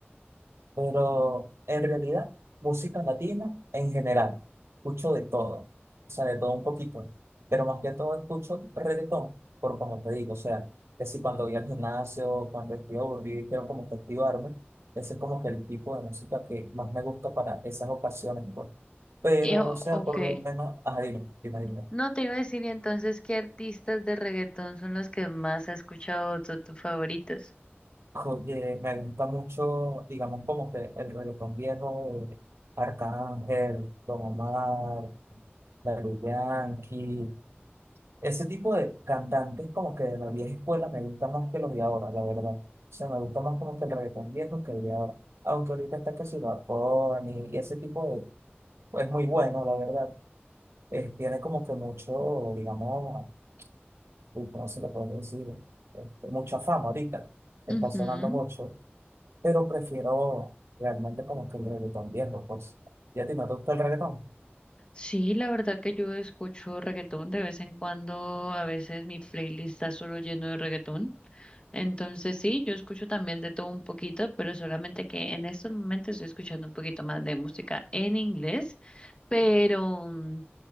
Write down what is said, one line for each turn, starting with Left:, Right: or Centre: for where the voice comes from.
Right: pero en realidad, música latina en general, escucho de todo, o sea, de todo un poquito, pero más que todo escucho reggaetón, por como te digo, o sea, que si cuando voy al gimnasio, cuando estoy aburrido y quiero como que activarme, ese es como que el tipo de música que más me gusta para esas ocasiones, pues. Pero,
Left: y- o-
Right: o sea,
Left: ok.
Right: por lo menos, ajá, dime, dime, dime.
Left: No te iba a decir y entonces qué artistas de reggaetón son los que más has escuchado, son tus favoritos.
Right: Oye, me gusta mucho, digamos, como que el reggaetón viejo, de Arcángel, Don Omar, Daddy Yankee, ese tipo de cantantes como que de la vieja escuela me gusta más que los de ahora, la verdad. O sea, me gusta más como que el reggaetón viejo que el de ahora. Aunque ahorita está que si Bad Bunny y ese tipo de, pues muy bueno, la verdad. Eh, tiene como que mucho, digamos, uy, ¿cómo se lo puedo decir? Este, mucha fama ahorita, está
Left: Ujú.
Right: sonando mucho, pero prefiero realmente como que el reggaetón viejo, pues. ¿Y a ti no te gusta el reggaetón?
Left: Sí, la verdad que yo escucho reggaetón de vez en cuando, a veces mi playlist está solo lleno de reggaetón. Entonces sí, yo escucho también de todo un poquito, pero solamente que en estos momentos estoy escuchando un poquito más de música en inglés. Pero, mm,